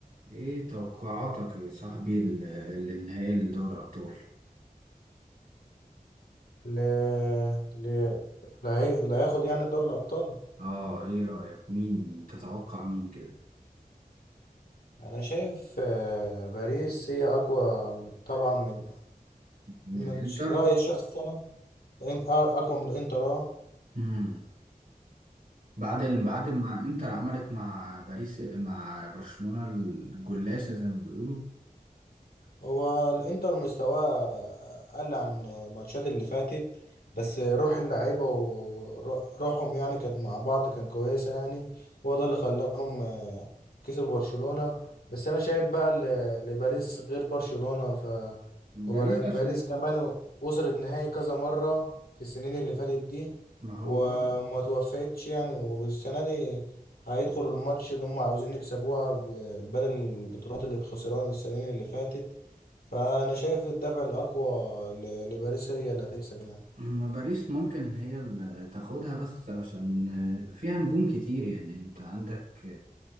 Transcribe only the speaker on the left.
ل... ل... اللي هي- اللي هياخد يعني دوري الأبطال
أنا شايف آه، باريس هي أقوى من- طبعا من
من
ش- رأيي الشخصي أنا إن- آه، أقوى من الإنتر آه.
هو الانتر مستواه قل عن الماتشات اللي فاتت بس روح اللعيبة وروحهم يعني كانت مع بعض كان كويسة يعني هو ده اللي خلاهم آه، كسب برشلونة بس أنا شايف بقى ل- لباريس غير برشلونة ف
وباريس
كمان وصلت نهائي كذا مرة في السنين اللي فاتت دي
وما
توفقتش يعني والسنة دي هيدخلوا الماتش اللي هم عاوزين يكسبوها ب- بدل البطولات اللي خسروها السنين اللي فاتت فانا شايف الدفع الاقوى ل- لباريس هي اللي هتكسب يعني